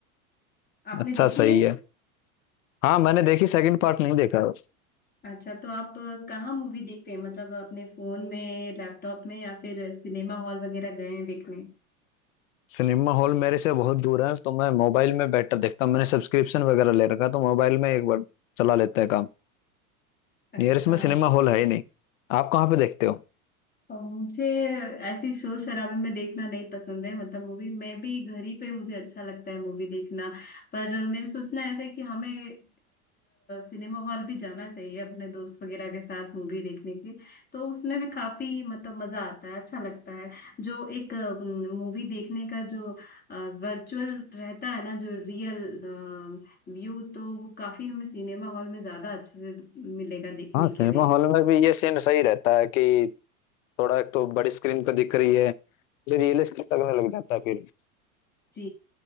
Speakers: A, on the left; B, on the left.
A: आपने
B: अच्छा
A: देखी
B: सही
A: है
B: है हाँ मैंने देखी सेकंड पार्ट नहीं देखा है
A: अच्छा तो आप अ, कहाँ मूवी देखते हैं मतलब अपने फोन में लैपटॉप में या फिर सिनेमा हॉल वगैरह गए हैं देखने
B: सिनेमा हॉल मेरे से बहुत दूर है तो मैं मोबाइल में बैठकर देखता हूँ मैंने सब्सक्रिप्शन वगैरह ले रखा है, तो मोबाइल में एक बार चला लेते हैं काम
A: अच्छा
B: नियरेस्ट में सिनेमा हॉल है ही नहीं आप कहाँ पे देखते हो
A: और मुझे ऐसी शोर शराबे में देखना नहीं पसंद है मतलब मूवी मैं भी घर ही पे मुझे अच्छा लगता है मूवी देखना पर मेरे सोचना ऐसा है कि हमें सिनेमा हॉल भी जाना चाहिए अपने दोस्त वगैरह के साथ मूवी देखने के तो उसमें भी काफी मतलब मजा आता है अच्छा लगता है जो एक मूवी देखने का जो वर्चुअल रहता है ना जो रियल व्यू तो वो काफी हमें सिनेमा हॉल में ज्यादा अच्छे से मिलेगा देखने
B: हाँ सिनेमा
A: के लिए
B: हॉल में भी ये सीन सही रहता है कि थोड़ा एक तो बड़ी स्क्रीन पे दिख रही है फिर रियलिस्टिक लगने लग जाता है फिर
A: जी